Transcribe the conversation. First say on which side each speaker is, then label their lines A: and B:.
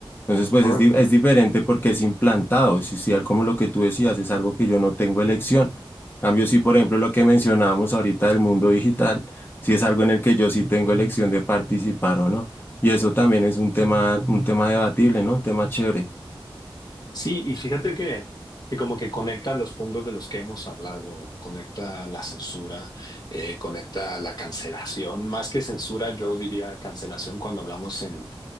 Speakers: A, on the left; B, on the left.
A: Entonces, pues
B: Correcto.
A: es, di- es diferente porque es implantado, es social como lo que tú decías, es algo que yo no tengo elección. En cambio, sí, por ejemplo, lo que mencionábamos ahorita del mundo digital, sí es algo en el que yo sí tengo elección de participar o no. Y eso también es un tema, un tema debatible, ¿no? Un tema chévere.
B: Sí, y fíjate que, que como que conecta los puntos de los que hemos hablado, conecta la censura, eh, conecta la cancelación, más que censura, yo diría cancelación cuando hablamos en,